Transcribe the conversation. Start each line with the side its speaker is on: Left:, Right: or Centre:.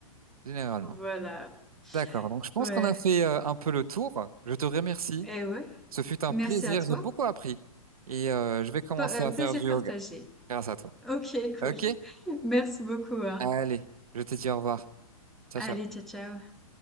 Right: généralement.
Centre: Voilà,
Right: D'accord, donc je pense
Centre: ouais
Right: qu'on a fait euh, un peu le tour. Je te remercie.
Centre: et ouais.
Right: Ce fut un
Centre: Merci
Right: plaisir,
Centre: à toi.
Right: j'ai beaucoup appris. Et euh, je vais commencer
Centre: Pe heu,
Right: à
Centre: plaisir
Right: faire du
Centre: partagé.
Right: yoga grâce à toi.
Centre: OK, cool.
Right: Ok?
Centre: <laughs> Merci beaucoup, hein.
Right: Allez, je te dis au revoir. Ciao,
Centre: Allez,
Right: ciao.
Centre: ciao, ciao.